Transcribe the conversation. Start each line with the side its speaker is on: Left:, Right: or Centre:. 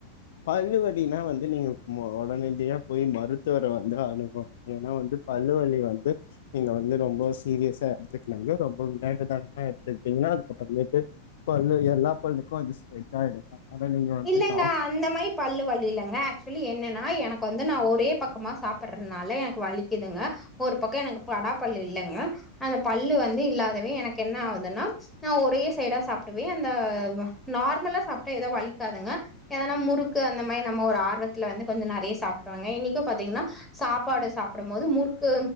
Left: பல்லு வலினா வந்து நீங்க மோ ஒடனடியா போய் மருத்துவர வந்து அணுகணுக எனா வந்துப் பல்லு வலி வந்து நீங்க வந்து ரொம்ப சீரியஸா எடுத்துக்னாங்க ரொம்ப விளையாட்டுதனமா எடுத்துக்டீங்னா அதுக்கப்பறமேட்டு பல்லு எல்லா பல்லுக்கு அது ஸ்பிரெட் ஆய்டு அப்ற நீங்க வந்து
Centre: இல்லங்க.
Left: டாக்
Centre: அந்த மாரி பல்லு வலி இல்லங்க ஆக்சுவலி என்னென்னா எனக்கு வந்து நா ஒரே பக்கமாக சாப்ட்றதுனால எனக்கு வலிக்குதுங்க ஒரு பக்கோ எனக்கு படா பல்லு இல்லங்க அந்த பல்லு வந்து இல்லாதவே எனக்கு என்ன ஆவுதுன்னா நா ஒரே சைடா சாப்டவே அந்த நார்மலா சாப்ட்டா ஏதோ வலி க்காதுங்க ஏதனா முறுக்கு அந்த மாரி நம்ம ஒரு ஆர்வத்துல வந்து கொஞ்சோ நறைய சாப்டுருவங்க இன்னைக்கு பாத்தீங்னா சாப்பாடு சாப்டும் போது முறுக்கு